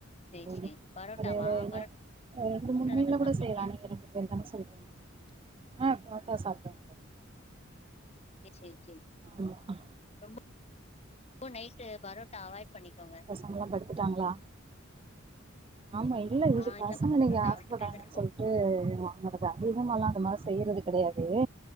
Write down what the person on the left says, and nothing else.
சேரி
சேரி பரோட்டாவா
பரோட்டா
தான
சாப்ட்டீங்க
செரிங்க செரிங்க ம்
ரொம்ப நைட்டு பரோட்டா அவாய்ட் பண்ணிக்கோங்க
ஆ இல்லக்கா
நா
ரெண்டு பேர் தா இருக்கோ